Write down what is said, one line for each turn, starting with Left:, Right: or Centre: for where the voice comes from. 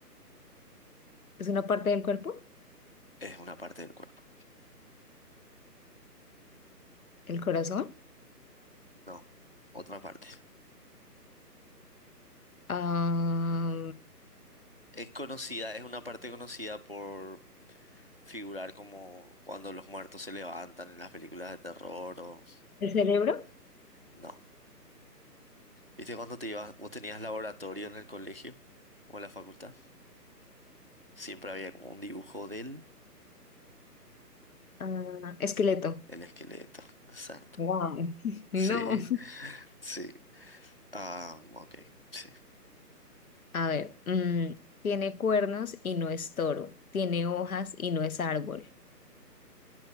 Left: ¿Es una parte del cuerpo?
Right: Es una parte del cuerpo.
Left: ¿El corazón?
Right: No, otra parte.
Left: Ah,
Right: Es conocida, es una parte conocida por figurar como cuando los muertos se levantan en las películas de terror o...
Left: ¿el cerebro?
Right: No. ¿Viste cuando te ibas, vos tenías laboratorio en el colegio o en la facultad? Siempre había como un dibujo de él,
Left: Ah, esqueleto.
Right: el esqueleto. Exacto.
Left: wow,
Right: <laughs>
Left: <laughs> no,
Right: Sí, sí. Ah, ok, sí.
Left: A ver, mm, tiene cuernos y no es toro. Tiene hojas y no es árbol.